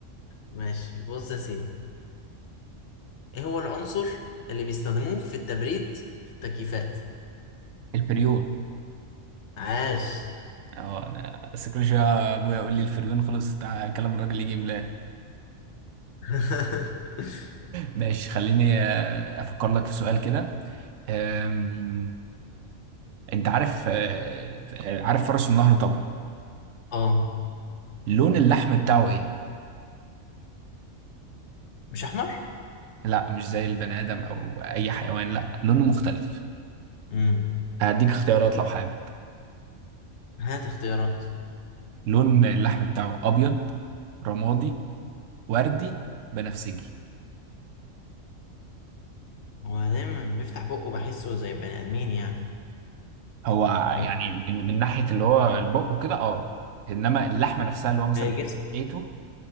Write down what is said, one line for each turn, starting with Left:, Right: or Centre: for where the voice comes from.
Left: ماشي بص يا سيدي ايه هو العنصر اللي بيستخدموه في التبريد في التكييفات
Right: الفريون
Left: عاش
Right: اه انا بس كل شويه ابويا يقول لي الفريون خلص تعالى كلام الراجل يجي ملاها
Left: <laughs>
Right: ماشي خليني آه، افكر لك في سؤال كده أم، انت عارف آه، آه، عارف فرس النهر طبعا
Left: اه
Right: لون اللحم بتاعه ايه
Left: مش احمر
Right: لا مش زي البني ادم او اي حيوان لا لونه مختلف
Left: امم
Right: هديك اختيارات لو حابب
Left: هات اختيارات
Right: لون اللحم بتاعه ابيض رمادي وردي بنفسجي
Left: هو دايما بيفتح بقه بحسه زي بني ادمين يعني
Right: هو
Left: امم
Right: يعني من, من ناحية اللي هو البق وكده اه انما اللحمة نفسها اللي هو مثلا
Left: باقي الجسم
Right: لقيته